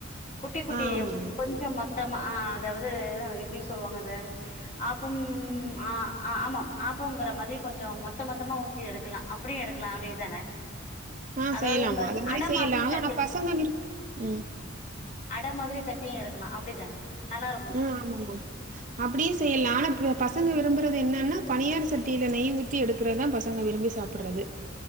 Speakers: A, on the left (about 40°); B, on the right (about 40°).
A: குட்டி குட்டி
B: ஆ ஆமாமா
A: கொஞ்சோ மொத்தமா ஆ அதாவது ஆ எப்டி சொல்லுவாங்க அது ஆப்பம் ஆ ஆமாம் ஆப்பங்கிற மாதிரி கொஞ்சோ மொத்த மொத்தமா ஊத்தி எடுக்கலா அப் பிடியே எடுக்கலா அப்டிதான
B: ஆ
A: அதாவது
B: செய்யலாமா
A: இந்த
B: அது மாரி
A: அட
B: செய்யலா
A: மாதிரி தட்டி
B: ஆனா பசங்க விரும் ம்
A: அட மாதிரி தட்டியு எடுக்கலா அப்டிதான நல்லா இருக்கு
B: ஆ ஆமாமா அப்டியு செய்யலா ஆனா பசங்க விரும்புறது என்னன்னா பனியார சட்டியில நெய் ஊ த்தி எடுக்குறது தா பசங்க விரும்பி சாப்பிடுறது